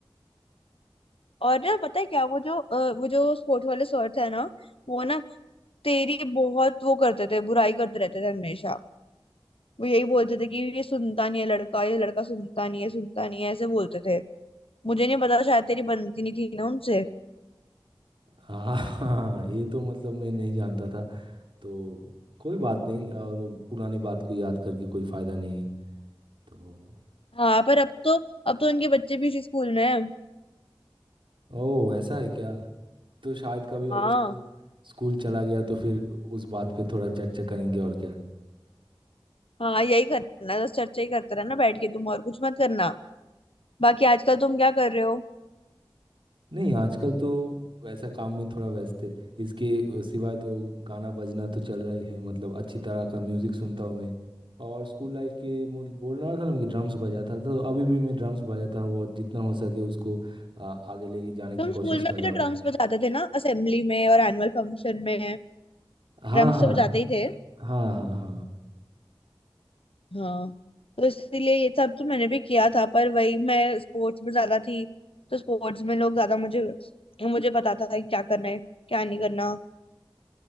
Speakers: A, on the left (about 80°); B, on the right (about 65°).
A: और ना पता है क्या वो जो अ, वो जो स्पोर्ट्स वाले सर थे ना वो ना तेरी बहुत वो करते थे बुराई करते रहते थे हमेशा वो यही बोलते थे कि ये सुनता नहीं है लड़का ये लड़का सुनता नहीं है सुनता नहीं है ऐसे बोलते थे मुझे नहीं पता शायद तेरी बनती नहीं थी ना उनसे
B: हाँ <laughs> हाँ ये तो मतलब मैं नहीं जानता था तो कोई बात नहीं और वो पुरानी बात को याद करके कोई फायदा नहीं है तो
A: हाँ पर अब तो अब तो उनके बच्चे भी इसी स्कूल में हैं
B: ओह ऐसा है क्या तो शायद कभी
A: हाँ
B: अगर स्कूल स्कूल चला गया तो फिर उस बात पे थोड़ा चर्चा करेंगे और क्या
A: हाँ यही करना है, बस चर्चा ही करते रहना बैठ के तुम और कुछ मत करना बाकी आजकल तुम क्या कर रहे हो
B: नहीं आजकल तो वैसा काम में थोड़ा व्यस्त है इसके अ, सिवाय तो गाना बजना तो चल रहा ही है मतलब अच्छी तरह का म्यूजिक सुनता हूँ मैं और स्कूल लाइफ के मुझे बोल रहा था ना कि ड्रम्स बजाता था तो अभी भी मैं ड्रम्स बजाता हूँ और जितना हो सके उसको आ, आगे लेके जाने की
A: तुम स्कूल
B: कोशिश कर
A: में
B: रहा
A: भी तो
B: हूँ
A: ड्रम्स बजाते थे ना असेंबली में और एनुअल फंक्शन में
B: हाँ
A: ड्रम्स
B: हाँ
A: तो बजाते ही थे
B: हाँ हाँ हाँ
A: हाँ तो इसीलिए ये सब तो मैंने भी किया था पर वही मैं स्पोर्ट्स में ज्यादा थी तो स्पोर्ट्स में लोग ज्यादा मुझे मुझे पता था कि क्या करना है क्या नहीं करना